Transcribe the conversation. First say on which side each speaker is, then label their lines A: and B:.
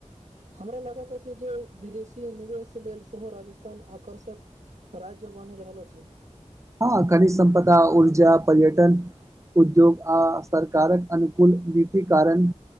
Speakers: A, on the right (about 70°); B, on the right (about 25°).
A: हमरा लागत अछि जे विदेशी निवेश लेल सेहो राजस्थान आकर्षक राज्य बनि रहल अछि।
B: हँ खनिज सम्पदा, ऊर्जा, पर्यटन उद्योग आ सरकारक अनुकूल नीति कारण